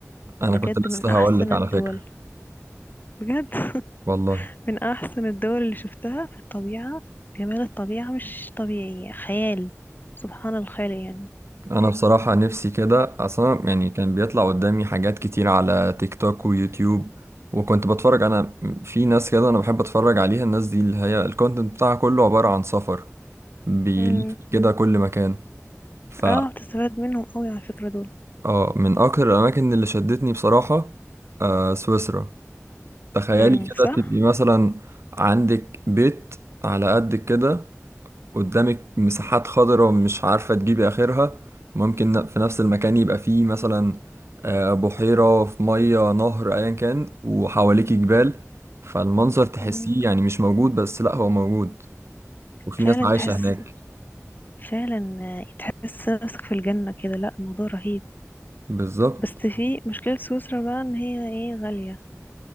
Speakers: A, on the right (about 55°); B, on the left (about 35°).
A: أنا
B: بجد
A: كنت لسه
B: من احسن
A: هقولك
B: الدول
A: على فكرة
B: بجد <laughs>
A: والله
B: من احسن الدول اللي شفتها في الطبيعة جمال الطبيعة مش طبيعي خيال سبحان الخالق يعني
A: انا بصراحة نفسي كده اصلا يعني كان بيطلع قدامي حاجات كتير على تيك توك ويوتيوب وكنت بتفرج انا في ناس كده انا بحب اتفرج عليها الناس دي اللي هي الكونتنت بتاعها كله عبارة عن سفر بيلف
B: مم.
A: كده كل مكان ف
B: اه تستفاد منهم قوي على الفكرة دول
A: اه من اكتر الاماكن اللي شدتني بصراحة آه سويسرا تخيلي
B: امم
A: كده
B: صح
A: تبقي مثلا عندك بيت على قدك كده قدامك مساحات خضراء مش عارفة تجيبي آخرها ممكن ن- في نفس المكان يبقى فيه مثلا آه، بحيرة في مية نهر أيا كان وحواليك جبال فالمنظر تحسيه
B: امم
A: يعني مش موجود بس لأ هو موجود وفي
B: فعلا
A: ناس عايشة
B: تحس
A: هناك
B: فعلا آه، تحس نفسك في الجنة كده لا الموضوع رهيب
A: بالظبط
B: بس في مشكلة سويسرا بقى ان هي ايه غالية